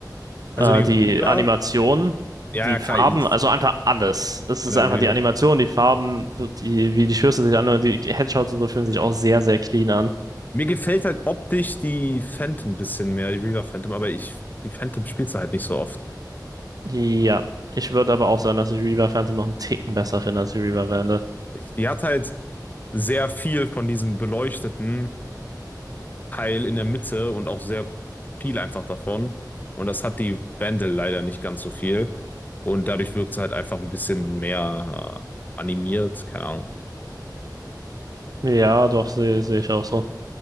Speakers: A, on the left; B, on the right.
A: Also
B: äh,
A: die Reaver.
B: die Animation,
A: Ja,
B: die
A: ja,
B: Farben,
A: klar. Ich,
B: also einfach alles. Es
A: eine
B: ist einfach
A: Reaver.
B: die Animation, die Farben, so die, wie die Schüsse sich anhören, die Headshots und so fühlen sich auch sehr, sehr clean an.
A: Mir gefällt halt optisch die Phantom ein bisschen mehr, die Reaver Phantom, aber ich, die Phantom spielst du halt nicht so oft.
B: Ja, ich würde aber auch sagen, dass ich Reaver Phantom noch einen Ticken besser finde als die Reaver Wende.
A: Ich, die hat halt sehr viel von diesem beleuchteten Teil in der Mitte und auch sehr viel einfach davon. Und das hat die Vandal leider nicht ganz so viel. Und dadurch wirkt sie halt einfach ein bisschen mehr äh, animiert, keine Ahnung.
B: Ja, doch, sehe sehe ich auch so.